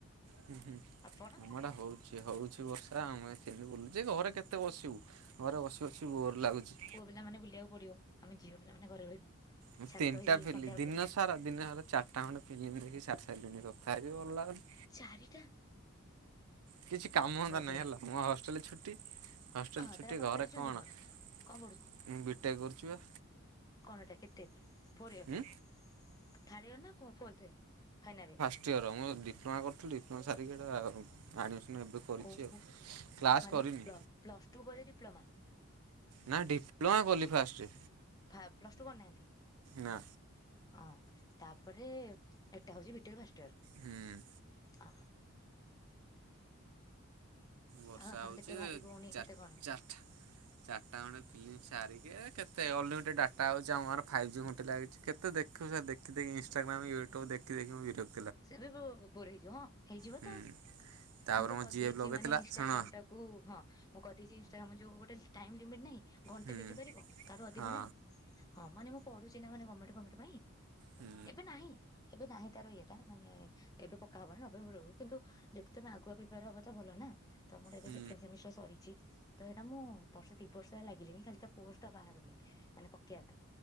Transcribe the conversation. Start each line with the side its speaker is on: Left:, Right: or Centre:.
Right: ହୁଁ ହୁଁ
Left: ଆପଣ?
Right: ଆମ ଆଡେ ହଉଚି ହଉଚି ବର୍ଷା ଆମେ ସେମିତି ବୁଲୁଚି ଘରେ କେତେ ବସିବୁ। ଘରେ ବସି ବସି ବୋର ଲାଗୁଚି।
Left: ପିଲାମାନେ ବୁଲିବାକୁ ପଡ଼ିବ ଆମେ ଝିଅ ପିଲାମାନେ ଘରେ ରହିବୁ।
Right: ମୁଁ
Left: ଛାତ
Right: ତିନଟା
Left: ଏଇ
Right: ଫିଲି
Left: ସନ୍ଧ୍ୟା ହବାକୁ
Right: ଦିନ
Left: ଯାହା
Right: ସାରା ଦିନ ସାରା ଚାରିଟା ଖଣ୍ଡେ ପିଲମି ଦେଖି ସାରି ସାରିଲିଣି ତଥାପି ଭଲ ଲାଗୁନି।
Left: ଚାରିଟା
Right: କିଛି କାମ ଧନ୍ଦା
Left: ବାବାରେ।
Right: ନାହିଁ ହେଲା ମୋ ହଷ୍ଟେଲ ଛୁଟି। ହଷ୍ଟେଲ
Left: ହଁ
Right: ଛୁଟି
Left: ତାହେଲେ ଆପଣ
Right: ଘରେ
Left: ପଢୁଛନ୍ତି
Right: କଣ ମୁଁ
Left: କଣ
Right: ବିଟେକେ କରୁଚି ବା।
Left: କଣଟା କେତେ ଫୋର୍ ଇୟର
Right: ଉଁ
Left: ଥାର୍ଡ଼ ଇୟର ନା ଫୋଲଥ ୟ ଫାଇନାଲ୍ ଇୟର।
Right: ଷ୍ଟ ଇୟର ମୁଁ ଡିପ୍ଲୋମା କରିଥିଲୁ ଡିପ୍ଲମା ସାରିକି ଏଟା ଆଡ଼ମିଶନ। କରିଛି
Left: ଓହୋ
Right: ଆଉ। କ୍ଲାସ୍
Left: ମାନେ
Right: କରିନି।
Left: ପ୍ଲସ ଟୁ ପରେ ଡିପ୍ଲୋମା
Right: ନା ଡିପ୍ଲୋମା କଲି ଫାଷ୍ଟ୍।
Left: ଫା ପ୍ଲସ୍ ଟୁ କରିନାହାନ୍ତି?
Right: ନା।
Left: ଅଁ ତାପରେ ଏଟା ହଉଛି ବି ଟେକ୍ ଫାଷ୍ଟ ଇୟର?
Right: ହୁଁ।
Left: ଅ।
Right: ବର୍ଷା
Left: ଆଉ ଆପଣ
Right: ହଉଛି
Left: କେତେ ଭାଇ ଭଉଣୀ
Right: ଚାର୍
Left: କେତେ କଣ?
Right: ଚାରିଟା ଚାରିଟା ଗଣ୍ଡେ ଫିଲ୍ମ ସାରିକି କେତେ ଅଲଲିିମିଟେ ଡାଟା ହେଉଛି ଆମର ଫାଇଭ୍ ଜି ଗୋଟେ ଲାଗିଛି। କେତେ ଦେଖୁ ସେ ଦେଖି ଦେଖି ଇଷ୍ଟାଗ୍ରା ୟୁଟ୍ୟୁବ୍ ଦେଖି ଦେଖି ମୁଁ ବିର
Left: ସେ ବି ବୋର ହେଇଯିବ ହଁ ହେଇଯିବ
Right: ହୁଁ
Left: ତ
Right: ତାପରେ
Left: ମୁଁ ତ
Right: ମୋ
Left: କରିଦେଇଛି
Right: ଜିଏଫ୍ ଲଗେଇଥିଲା
Left: ମାନେ ଇନଷ୍ଟଟାଗ୍ରାମ
Right: ଶୁଣ
Left: ଟା କୁ ହଁ ମୁଁ କରିଦେଇଛି ଇନଷ୍ଟାଗ୍ରାମ ଯୋଉ ଗୋଟେ ଟାଇମ୍ ଲିମିଟ୍ ନାହିଁ ଘଣ୍ଟେ
Right: ହୁଁ
Left: ଦେଖି ପାରିବ ତାରୁ ଅଧିକ
Right: ହଁ। ହଁ
Left: ନାହିଁ ହଁ ମାନେ ମୁଁ ପଢୁଛି ନା ମାନେ ଗମେଟ ଫମେଟ୍ ପାଇଁ
Right: ହୁଁ
Left: ଏବେ ନାହିଁ ଏବେ ନାହିଁ ତାର ଇଏ ମାନେ ଏବେ ପକା ହବନି ନଭେମ୍ବର ରୁ କିନ୍ତୁ ଯଦି ତମେ ଆଗୁଆ ପିପାର ହବ ତ ଭଲ ନା। ତମର ଏବେ
Right: ହୁଁ
Left: ସେକେଣ୍ଡ ସେମିଷ୍ଟର ସରିଛି ତ ଏଇଟା ମୁଁ ବର୍ଷେ ଦି ବର୍ଷ ହେଲା ଲାଗିଲିଣିି ଖାଲି ତ ପୋଷ୍ଟଟା ବାହାରୁନି ମାନେ ପକେଇବା ପାଇଁ।